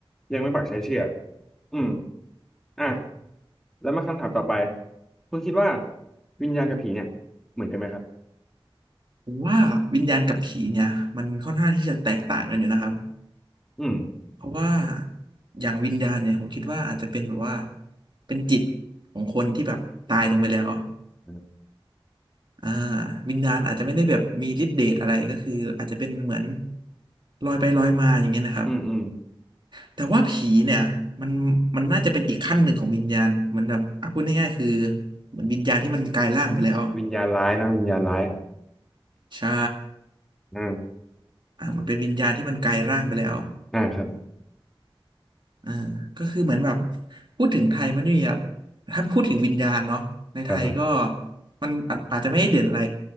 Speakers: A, in the centre; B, on the right.
A: ยังไม่ปักใจเชื่ออืมอ่ะแล้วมาคำถามต่อไปคุณคิดว่าวิญญาณกับผีเนี่ยเหมือนกันไหมครับ
B: ผมว่าวิญญาณกับผีเนี่ยมันค่อนข้างที่จะแตกต่างกันอยู่นะครับ
A: อืม
B: เพราะว่าอย่างวิญญาณเนี่ยผมคิดว่าอาจจะเป็นแบบว่าเป็นจิตของคนที่แบบตายลงไปแล้ว
A: อื
B: อ่าวิญญาณอาจจะไม่ได้แบบมีฤทธิ์เดชอะไรก็คืออาจจะเป็นเหมือนลอยไปลอยมาอย่างเงี้ยนะครับ
A: มอืม
B: แต่ว่าผีเนี่ยมันมันน่าจะเป็นอีกขั้นหนึ่งของวิญญาณเหมือนแบบอ่ะพูดง่ายๆคือเหมือนวิญญาณที่มันกลายร่างไปแล้ว
A: วิญญาณร้ายนะวิญญาณร้าย
B: ใช่
A: อ่า
B: อ่ามันเป็นวิญญาณที่มันกลายร่างไปแล้ว
A: อ่าครับ
B: อ่าก็คือเหมือนแบบพูดถึงไทยมันจะมีแบบถ้าพูดถึงวิญญาณเนาะในไทยก็
A: ครับครับ
B: มันอาจอาจจะไม่ได้เด่นอะไร